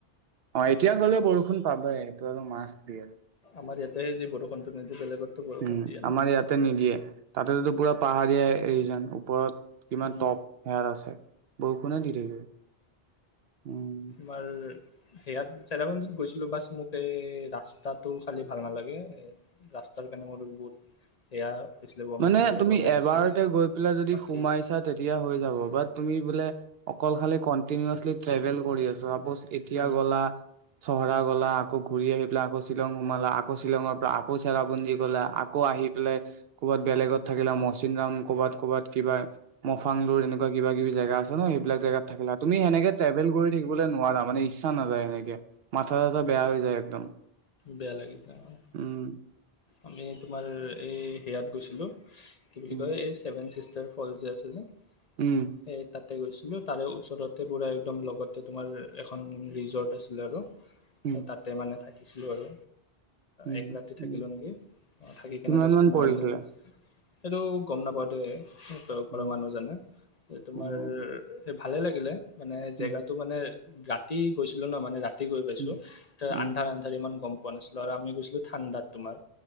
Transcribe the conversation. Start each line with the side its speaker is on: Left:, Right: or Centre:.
Right: অ', এতিয়া গ'লে বৰষুণ পাবই এইটো আৰু মাছ বি আৰু
Left: আমাৰ ইয়াতে যি বৰষুণটো নিদি বেলেগতো বৰষুণ
Right: উম
Left: দিয়ে ন।
Right: আমাৰ ইয়াতে নিদিয়ে তাতেতো পুৰা পাহাৰীয়া ৰিজন ওপৰত কিমান
Left: উম
Right: টপ সেয়াত আছে। বৰষুণে দি থাকিব। উম
Left: বাৰ সেয়াত চেৰাপুঞ্জীত গৈছিলো বাছ মোক এই ৰাস্তাটো খালি ভাল নালাগে। ৰাস্তাৰ কাৰণে মোৰ বহুত সেয়া হৈছিলে ভমিটিং
Right: মানে
Left: টাইপ
Right: তুমি
Left: লাগিছিলে
Right: এবাৰতে গৈ পেলাই যদি
Left: বাকী।
Right: সোমাইছা তেতিয়া হৈ যাৱ বা তুমি বোলে অকল খালী কন্তিনোৱাচলী ট্ৰেভেল কৰি আছো চাপ'জ এতিয়া
Left: উম
Right: গ'লা চহৰা গ'লা আকৌ ঘূৰি আহি পেলাই আকৌ শ্বিলং সোমালা আকৌ শ্বিলঙৰ পৰা আকৌ চেৰাপুঞ্জি গ'লা আকৌ আকৌ আহি পেলাই ক'ৰবাত বেলেগত থাকিলা মচিনৰাম ক'বাত ক'বাত কিবা মফাংলুৰ এনেক বা কিবা কিবি জাগা আছে ন' সেইবিলাক জাগাত থাকিলা, তুমি সনেকে ট্ৰেভেল কৰি থাকিব নোৱাৰা মানে ইচ্ছা নাযায় এনেকে। মাথা চাথা বেয়া হৈ যায় একদম।
Left: বেয়া লাগি যা অ'।
Right: উম।
Left: আমি তোমাৰ এই সেয়াত গৈছিলোঁ কি বুলি
Right: উম
Left: কয় এই ছেভেন ছিষ্টাৰ ফল যে আছে যে।
Right: উম।
Left: সেই তাতে গৈছিলোঁ তাৰে ওচৰতে পুৰা একদম লগতে তোমাৰ এখন ৰিজৰ্ট আছিলে আৰু।
Right: উম
Left: তাতে মানে থাকিছিলোঁ আৰু,
Right: উম
Left: এক ৰাতি থাকি থাকিলোঁ
Right: উম
Left: নেকি, থাকি কেনে
Right: কিমান
Left: তাৰপিছত
Right: মান
Left: মৰ্ণিং,
Right: পৰিছিলে
Left: সেইটো গম নাপাওঁ দেই। ঘৰৰ
Right: উম
Left: মানুহজনে, এই তোমাৰ
Right: উম
Left: ভালে লাগিলে মানে জেগাটো
Right: উম
Left: মানে ৰাতি গৈছিলোঁ ন' মানে ৰাতি গৈ পাইছোঁ
Right: উম
Left: ত'
Right: উম
Left: আন্ধাৰ আন ইমান গম পোৱা নাছিলোঁ আৰু আমি গৈছিলোঁ ঠাণ্ডাত, তোমাৰ